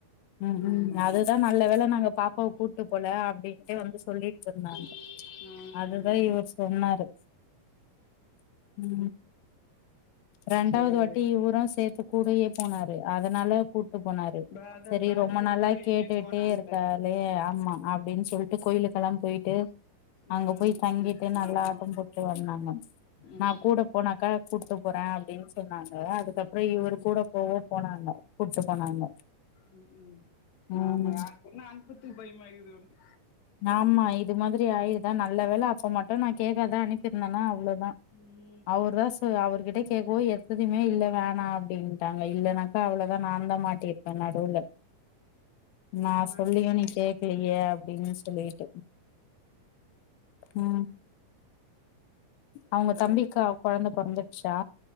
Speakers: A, on the left (about 85°); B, on the left (about 65°).
A: ம்
B: ஆமா
A: ம்
B: ஆமா
A: அதுதா நல்ல வேல நாங்க பாப் பாவ கூட்டு போல அப்டின்ட்டு வந்து சொல்லிட்ருந்தாங்க
B: ம்
A: அது தா இவர் சொன்னாரு ம் ரெண்டாவுது
B: சேரி
A: வாட்டி இவரு சேத்து கூடயே போனாரு அதனால கூட்டு போனாரு
B: அதா
A: செரி
B: பேங்களூர்க்கு
A: ரொம்ப நாளா கேட்டுட்டே
B: எங்கயோ போனாங்களே
A: இருக்காலே ஆமா அப்டின் சொல்ட்டு கோயிலுக்கெல்லா போய் ட்டு
B: ம்
A: அங்க போய் தங்கிட்டு நல்லா
B: ஆமா
A: ஆட்டம் போட்டு வந்தாங்க
B: ம்
A: நா கூட போனாக்கா கூட்டு போறே அப்டின் சொன்னாங்க அதுக்கப்றோ இவரு
B: ம்
A: கூட
B: ம்
A: ப்பவோ போனாங்க கூட்டு போனாங்க
B: ம் ம்
A: ம்
B: ஆமா யார் கூடான அனுப்றதுக்கு பயமா இர்க்குது வந்து
A: ஆமா இது மாதிரி ஆயிருதா நல்ல வேல அப்ப மட்டு நா கேக்காதா அனுப்பிருந்தன்னா அவ்ளோதா
B: ம்
A: அவரு தா சொ அவர்கிட்ட கேக்கவோ எத்திதுமே இல்ல வேணா அப்டின்ட்டாங்க இல்லன்னா க்கா அவ்ளதா நாந்தா மாட்டிருப்பே நடுல நா
B: மாட்டிக்கிட்டு
A: சொல்லியு நீ
B: முழிச்சு
A: கேக்கல யே அப்டின் சொல்லீட்டு ம் அவுங்க
B: ஆ
A: தம்பிக்கா கொழந்த பொறந்துடுச்சா